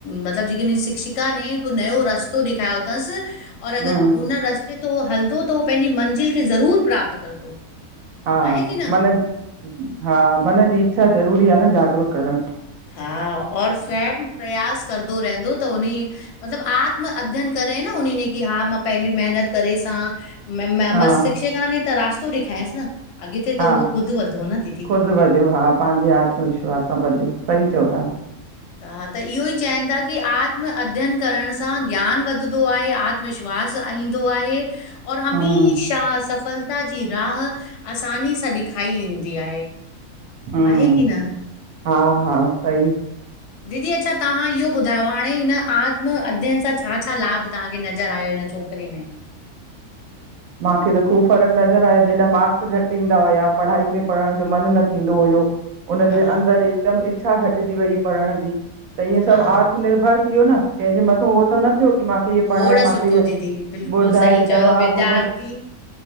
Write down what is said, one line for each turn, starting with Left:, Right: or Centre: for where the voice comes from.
Left: मतिलबु जेकी शिक्षिका ने हिकु नयो रस्तो ॾेखायो दस और अगरि
Right: हम्म
Left: उन रस्ते ते उह हलदो त उहो पंहिंजी मंज़िल खे ज़रूर प्राप्त कंदो।
Right: हा
Left: आहे की न
Right: मन हा मन जी इच्छा ज़रूरी आ न जागरूक करण
Left: हा और स्वयं प्रयास करदो रहंदो त उन मतिलब आत्म अध्यन कर करे न उन की हा मां पंहिंजी महिनत करे सां मेम
Right: हा
Left: बसि शिक्षका ने त रास्तो ॾेखियांसि न। अॻिते त
Right: हा
Left: उहो ख़ुदि वधो न दीदी
Right: ख़ुदि वधियो हा पंहिंजे आत्मविश्वास सां वधियो। सही चओ ता।
Left: हा त इहो ई चवनि था की आ आत्म अध्ययन करण सां ज्ञान वधदो आहे आत्मविश्वास ईंदो आहे। और हमेशह
Right: हम्म
Left: सफलता जी राह आसानी सां ॾेखायी वेंदी आए।
Right: हम्म
Left: आहे की न?
Right: हा हा सई।
Left: दीदी अच्छा तां इहो ॿुधायो हाणे हिन आत्म अध्ययन सां छा, छा लाभ तव्हांखे नज़र आयो हिन। त छोकरी में
Right: मांखे त ख़ूब फ़र्क़ु नज़र आयो जंहिंजा मार्क्स घटि ईंदा हुया पढ़ाई में पढ़ण जो मन न थींदो हुयो। हुनजे
Left: हा
Right: अंदरि हिकदमि इच्छा घटिजी वई पढ़ण जी त ईंअ
Left: हा
Right: सभु आत्मनिर्भर थियो न कें जे मथे हो त न की माखे इअ
Left: खोड़
Right: पढ़ाए माखे
Left: सुठो
Right: इ
Left: दीदी बिल्कुलु
Right: ॿुधाए
Left: सही
Right: जवाब
Left: चयो विद्यार्थी
Right: ॿु